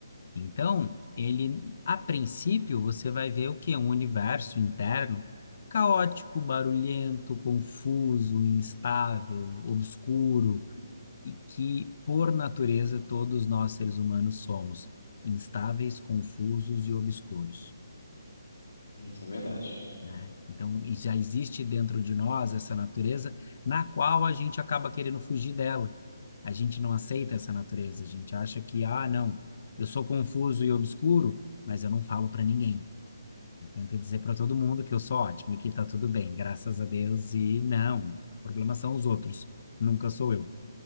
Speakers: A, on the left (about 55°); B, on the left (about 70°).
A: Então, ele, a princípio, você vai ver o quê? Um universo interno caótico, barulhento, confuso, instável, obscuro, e que, por natureza, todos nós seres humanos somos instáveis, confusos e obscuros
B: Isso é verdade.
A: né? Então, e já existe dentro de nós essa natureza na qual a gente acaba querendo fugir dela. A gente não aceita essa natureza, a gente acha que, ah, não, eu sou confuso e obscuro, mas eu não falo para ninguém. Eu tento dizer para todo mundo que eu sou ótimo e que tá tudo bem, graças a Deus, e não, o problema são os outros, nunca sou eu,